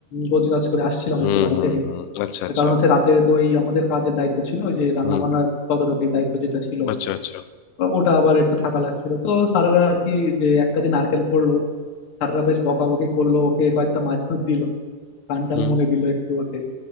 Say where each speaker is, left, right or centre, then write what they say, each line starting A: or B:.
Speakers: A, on the left (about 45°); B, on the left (about 85°).
A: গোছ গাছ করে আসছিলাম
B: হুম
A: একটু বাড়ি
B: হুম
A: থেকে
B: হুম আচ্ছা আচ্ছা
A: কারণ হচ্ছে রাতে তো ওই আমাদের কাজের দায়িত্ব ছিল ওই যে রান্না
B: হুম
A: বান্নার তদারকির দায়িত্ব যেটা ছিল
B: আচ্ছা আচ্ছা
A: আহ, ওটা আবার একটু থাকা লাগছিল তো স্যারেরা আর কি যে এক কাঁধে নারকেল পড়লো স্যারেরা বেশ বকাবকি করলো ওকে কয়েকটা মারধর দিল কান টান
B: হুম
A: মলে দিল একটু ওকে